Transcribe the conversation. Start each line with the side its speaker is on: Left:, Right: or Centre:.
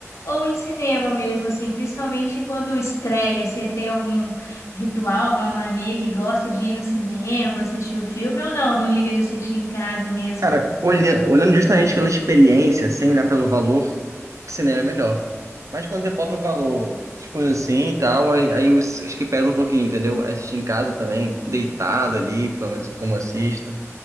Left: ou em cinema mesmo, assim? Principalmente quando estreia, você tem algum ritual, alguma mania que gosta de ir no cinema, assistir o filme ou não? Não liga de assistir em casa mesmo.
Right: cara, olha- olhando justamente pela experiência, sem olhar pelo valor, o cinema é melhor. Mas quando você bota o valor, essas coisas assim e tal, aí, aí os- acho que pesa um pouquinho, entendeu? Aí Assistir em casa também, deitado ali, pelo menos como eu assisto.